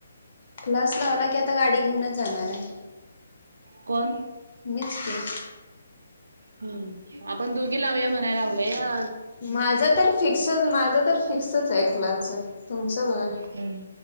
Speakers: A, on the left (about 40°); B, on the right (about 70°).
A: क्लास अस लावला की आता गाडी घेऊनच जाणार आहे.
B: कोण.
A: मिच की.
B: हम् आपण दोघी लावूया म्हणाय लावल या.
A: माझं तर फिक्सच माझं तर फिक्सच हाय क्लासचं तुमचं बघा.
B: हम्म.